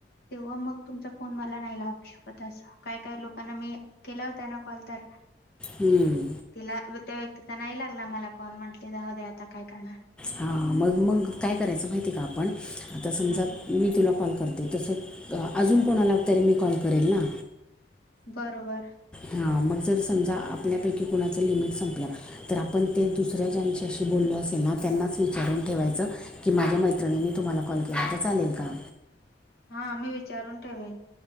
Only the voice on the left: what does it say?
तेव्हा मग तुमचा फोन मला नाही लागू शकत असं काय काय लोकांना मी केला त्यांना कॉल तर.
ला. त्या व्यक्ती तर नाही लागला मला कॉल म्हटली जाऊ दे आता काय करणार.
ह
ह
बरोबर.
हा मी विचारून ठेवेन.